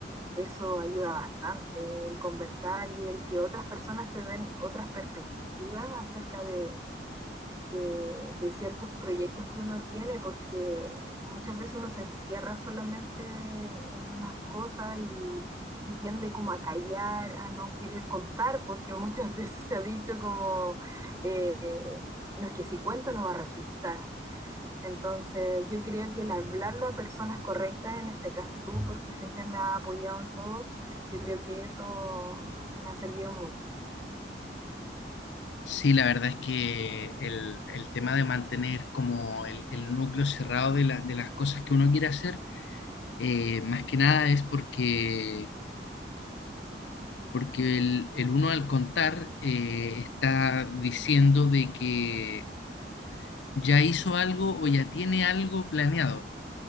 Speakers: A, on the right; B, on the left.
A: eso ayuda bastante, el conversar y el que otras personas te den otras perspectivas acerca de de, de ciertos proyectos que uno tiene, porque muchas veces uno se encierra solamente en unas cosas y, y tiende como a callar, a no querer contar, porque muchas <laughs> veces se ha dicho como, eh, no es que si cuento no va a resultar. Entonces yo creo que el hablarlo a personas correctas, en este caso tú, porque siempre me has apoyado en todo, yo creo que eso me ha servido mucho.
B: Sí, la verdad es que el, el tema de mantener como el, el núcleo cerrado de, la- de las cosas que uno quiere hacer, eh, más que nada es porque, porque el, el uno al contar eh, está diciendo de que ya hizo algo o ya tiene algo planeado.